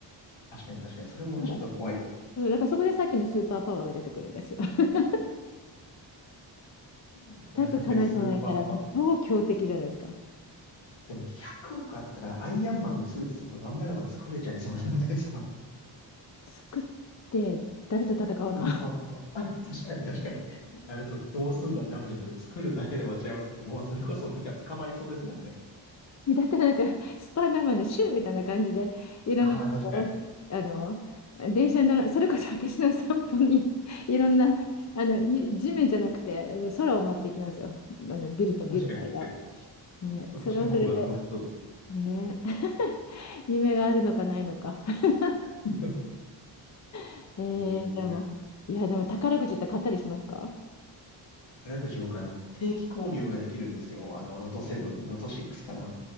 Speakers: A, on the left (about 80°); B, on the left (about 40°).
A: 確かに確かに。それもちょっと怖いですね。
B: だから、そうだからそこでさっきのスーパーパワーが出てくるんですよ。<laughs>
A: いや、
B: 2つ叶えそうになったら、
A: 確かにスーパーパー。
B: 超強敵じゃないですか。
A: でも100億あったらアイアンマンのスーツとか頑張れば作れちゃいそうじゃないですか。
B: 作って、誰と戦うの
A: スーパーパワー。<laughs> あ確かに確かに。誰とどうすんだって話ですよ。作るだけで終わっちゃいますね。もうそれこそなんか捕まりそうですもんね。
B: だったらなんか、スパイダーマンのシューみたいな感じで、いろんなところ、
A: ああ、確かに。
B: あの、電車に乗ら、それこそ私の散歩に、いろんな、あの、ゆ地面じゃなくて、あの空を待っていきますよ。あの、ビルとビルの間を。
A: 確かに確かに。
B: ね、
A: そっちの方が楽しそうです。
B: それはそれで、ね、<laughs> 夢があるのかないのか。<laughs>
A: <laughs>
B: えー、
A: えー、
B: でも、
A: いや、
B: いや、でも宝くじって買ったりしますか
A: 宝くじ僕は定期購入ができるんですよ。あの、ロト7、ロト6かな。